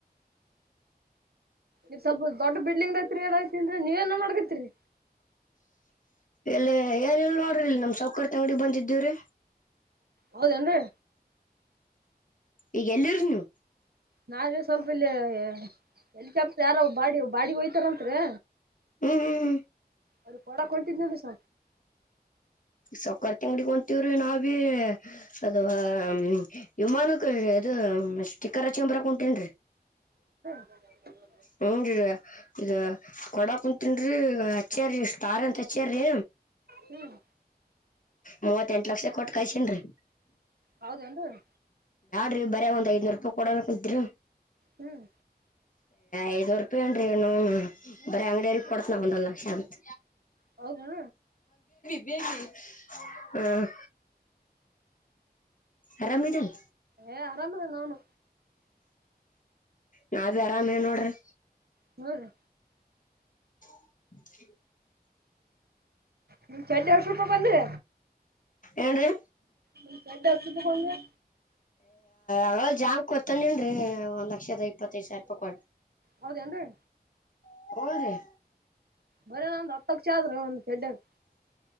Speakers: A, on the right; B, on the left.
A: ಇ ಸ್ವಲ್ಪ ದೊಡ್ಡ ಬಿಲ್ಡಿಂಗ್ ಐತ್ರಿ ಎತನ್್ರಿ ನೀವ ಏನ ಮಾಡ್ಕತಿರಿ.
B: ಎಲ್ಲ ಏನಲ್ಲ ನೋಡ್ರಿಿಲ್ಲ ನಮ ಸೌಕರ ತ ಅಂಗಡ ಬಂದಿದ್ದೀವ್ರಿ.
A: ಹೌದೇನ್ರಿ.
B: ಈಗೆ ಎಲ್ಲರ್ ನೀವು.
A: ನಾವೆ ಸ್ವಲ್ಪ ಇಲ್ಲಿ ಹೆಲಿಕಾಪ್ಟರ್ ಯಾರೋ ಬಾಡಿ ಬಾಡಿಗೆ ಹೋಯ್ತಾರಂರಿ.
B: ಹ್ಮ್ ಹ್ಮ್ ಹ್ಮ್.
A: ಅವ್ರಿಗೆ ಕೊಡಕ ಕೊಂತಿದ್ನಲ್ಲಸ.
B: ಸೌಕಾರರ್ ತಂಗಡಿ ಹೊಂತೀವ್ರಿ ನಾವ ಭೀ ಅದವಾ ವಿಮಾನಕ್ಕ. ಹಾ ಸ್ಟಿಕ್ಕರ್ ಹಚಕೊಂಡ ಬರಾಕ್ ಹೊಂಟೇನ್ರಿ.
A: <inaudible>
B: ಹಞನ್ರಿ ಇ ಕೊಡ ಕುಂತನ್ರಿ ಹಚ್ಚೇೀಷ್ಟ್ಟಾರ್ ಅಂತ ಹಚ್ಚೇಾರ್ರರಿ.
A: ಹ್ಮ್.
B: ಮೂವತ್ತೆಂಟ್ ಲಕ್ಷ ಕೊಟ್ ಕಳ್ಸೇನ್ರಿ
A: ಹೌದನ್ರಿ.
B: ರಿ ಬರ ಒಂದ್ ಐನೂರು ರೂಪಿ ಕೊಡ ಕುಂತೀರಿ.
A: ಹ್ಮ್.
B: ಐದೂ ರೂಪಾಯಿ ನ್ರಿ ಬರಿ ಅಂಗಡಿಯರಿಗೆ ಕೊಡ್ತನ ಒಂದೊಂದ್ ಲಕ್ಷ ಅಂತ.
A: ಹೌದಾ.
B: ಹ ಆರಾಮ ಇದದೆಲ್ಲ.
A: ಏ ಆರಾಮದ ನಾನು.
B: ನಾ ಬೀ ಅರಾಮೇನ್ ನೋಡ್ರಿ.
A: ಹ್ಞೂ ರೀ
B: <inaudible>
A: ನಿನ ಚೆಡ್ಡಿ ಎಷ್ಟ ರೂಪಾಯಕ ಒಂದ್ರಿ.
B: ಏನ್್ರರಿ.
A: ನಿನ ಚೆಡ್ಡಿ ಎಷ್ಟ ರೂಪಾಯಕ ಒಂದ್ರಿ.
B: ಅವ ಜಾಮ್ ಕೊತಾನನ್ರೀ ಒಂದ್ ಲಕ್ಷದ ಇಪ್ಪತ್ತೈದ ಸಾವಿರ ರೂಪಾಯಿ ಕೊಟ್ಟ.
A: ಹೌದನ್ರಿ.
B: <unintelligible>
A: ಬರ ಒಂದ್ ಹತ್ತ ಲಕ್ಷ ಆದ್ರ ಒಂದು ಚಡ್ಡರ್.